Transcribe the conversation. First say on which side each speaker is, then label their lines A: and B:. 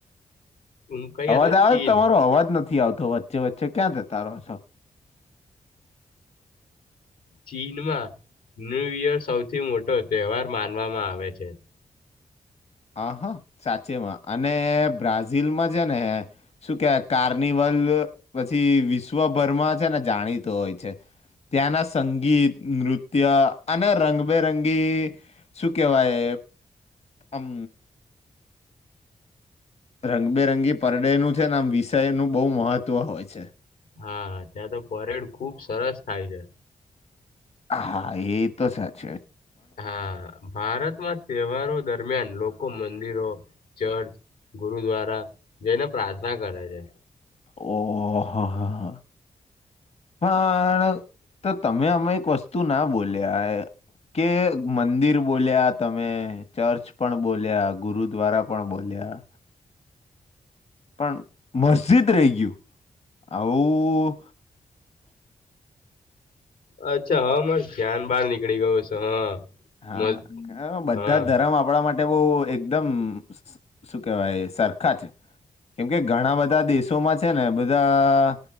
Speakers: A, on the left; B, on the left.
A: હું કઈ
B: અવાજ
A: હતો
B: આવે
A: ચીન
B: તમારો અવાજ નથી આવતો વચ્ચે વચ્ચે ક્યાં જતા રહો છો?
A: ચીન માં. ન્યૂ યર સૌથી મોટો તહેવાર માનવામાં આવે છે.
B: હ હા સાચેમાં અને બ્રાઝિલમાં છે ને, શું કે કાર્નિવલ લ પછી વિશ્વભરમાં છે ને જાણીત હોય છે. ત્યાના સંગીત, નૃત્ય. અને રંગબેરંગી શું કેવાય આમ. રંગબેરંગી પરડેનું છે ને આમ વિષયનું બહુ મહત્વ હોય છે.
A: હા ત્યાં તો પરેડ ખુબ સરસ થાય છે.
B: હા એ તો સાચ
A: હા ભારતમાં તહેવારો દરમિયાન લોકો મંદિરો. ચર્ચ, ગુરુદ્વારા જેઈને પ્રાર્થના કરે છે.
B: ઓહા હા હા. પણ તો તમે અમે એક વસ્તુ ના બોલ્યા. કે મંદિર બોલ્યા તમે ચર્ચ પણ બોલ્યા ગુરુદ્વારા પણ બોલ્યા. પણ મસ્જિદ રહી ગયું આવું.
A: અચ્છા હ મસ્ ધ્યાન બહાર નીકળી ગયો છે હા.
B: હા
A: મ
B: બધા
A: હા
B: ધર્મ આપણા માટે માટે બહ એકદમ શું કેહેવાય સરખા છે. કેમ કે ઘણા બધા દેશોમાં છે ને બધા